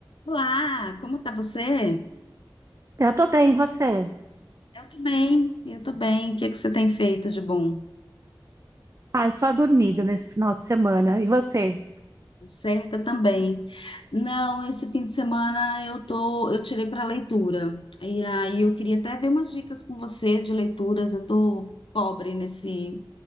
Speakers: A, on the left; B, on the right.
A: Olá, como tá você?
B: Eu tô bem, e você?
A: Eu tô bem, eu tô bem. O que é que você tem feito de bom?
B: Ah, só dormido nesse final de semana. E você?
A: Certa também. Não, esse fim de semana eu tô, eu tirei para leitura. E aí eu queria até ver umas dicas com você de leituras. Eu tô pobre nesse